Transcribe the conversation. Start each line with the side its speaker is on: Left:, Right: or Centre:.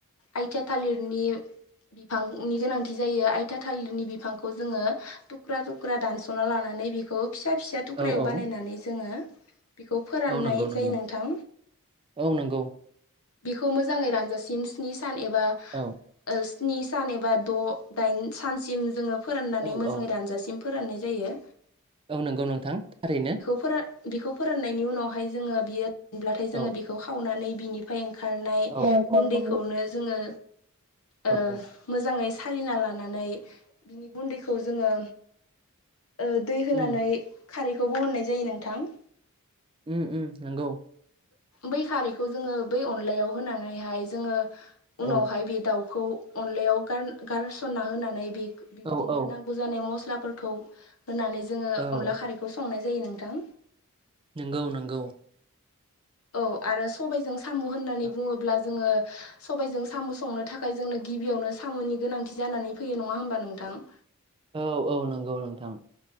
Left: आइथिया थालिरनि बिफांनि गोनांथि जायो आइथा थालिरनि बिफांखौ जोङो थु थुख्रा थुख्रा दानस'ना लानानै बेखौ फिसा फिसा थुख्रायाव
Right: औ औ
Left: बानायनानै जोङो बेखौ फोराननाय
Right: औ नंगौ नंगौ
Left: जायो नोंथां।
Right: औ नंगौ
Left: बिखौ मोजाङै रानजासिम स्नि सान एबा
Right: औ
Left: स्नि सान एबा द' दाइन सानसिम जोङो फोराननानै
Right: औ
Left: मोजाङै
Right: औ
Left: रानजासिम फोराननाय जायो।
Right: औ नंगौ नोंथां थारैनो।
Left: फोर बिखौ फोराननायनि उनावहाय जोङो बियो रानब्लाथाय जोङो
Right: औ
Left: बेखौ खावनानै बिनि फाय ओंखारनाय
Right: औ औ
Left: गुन्दैखौनो जोङो ओ
Right: औ
Left: मोजाङै सालिना लानानै बिनि गुन्दैखौ जोङो ओ दै होनानै
Right: उम
Left: खारैखौ बो हरनाय जायो नोंथां।
Right: उम उम नंगौ
Left: बै खारैखौ जोङो बै अनलायाव होनानैहाय जोङो
Right: औ
Left: उनावहाय बे दाउखौ अनलायाव गार-गारसनना होनानै बे बिदिनो
Right: औ औ
Left: नांगौ गौ जानाय मस्लाफोरखौ होनानै जोङो अनला
Right: औ
Left: खारैखौ संनाय जायो नोंथां।
Right: नोंगौ नोंगौ
Left: औ आरो सबायजों साम' होननानै
Right: औ
Left: बुङोब्ला जोङो सबायजों साम' संनो थाखाय जोंनो गिबियावनो साम'नि गोनांथि जानानै फैयो नङा होमबा नोंथां?
Right: औ औ नंगौ नोंथां।